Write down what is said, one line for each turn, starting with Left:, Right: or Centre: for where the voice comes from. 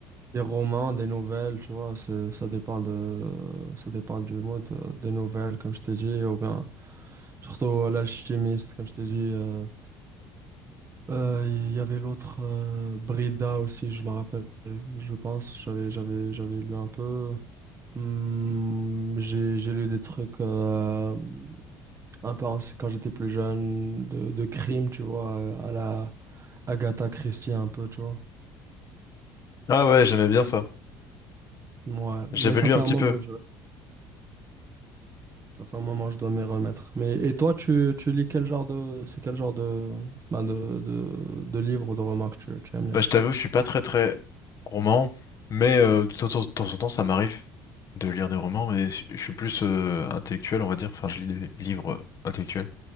Right: Des romans, des nouvelles, tu vois, c'est- ça dépend de, ça dépend du mode euh, des nouvelles, comme je t'ai dit, ou bien surtout euh, l'alchimiste, comme je t'ai dit. euh, euh, Il y avait l'autre euh, Brida aussi, je me rappelle, je pense, j'avais, j'avais, j'avais lu un peu. Hmm, j'ai, j'ai lu des trucs euh, un peu aussi quand j'étais plus jeune, de, de crime, tu vois, à la Agatha Christie un peu, tu vois.
Left: Ah ouais, j'aimais bien ça.
Right: Ouais,
Left: J'avais
Right: mais ça
Left: lu
Right: fait
Left: un
Right: un
Left: petit
Right: moment.
Left: peu.
Right: Ça fait un moment, je dois m'y remettre. Mais et toi, tu, tu lis quel genre de c'est quel genre de ben de, de, de livres ou de romans que tu, tu aimes lire?
Left: Bah, je t'avoue, je suis pas très très roman, mais euh, de temps de temps en temps, ça m'arrive de lire des romans, mais je je suis plus euh, intellectuel, on va dire. Enfin, je lis des livres euh, intellectuels,